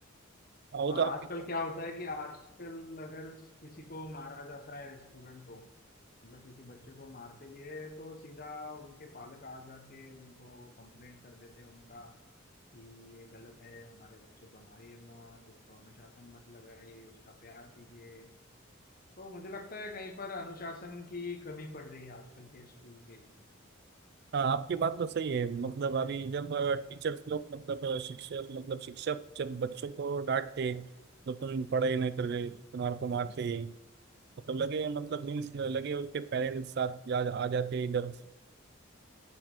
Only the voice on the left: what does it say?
और
आजकल क्या होता है कि आजकल अगर किसी को मारा जाता है स्टूडेंट को मतलब किसी बच्चे को मारते भी है तो सीधा उनके पालक आ जाके उनको कंप्लेंट कर देते हैं उनका कि ये गलत है हमारे बच्चे को मारिए मत उसको अनुशासन मत लगाइए उसका प्यार कीजिए तो मुझे लगता है कहीं पर अनुशासन की कमी पड़ रही है आजकल के स्कूल के इसमें
आपका
क्या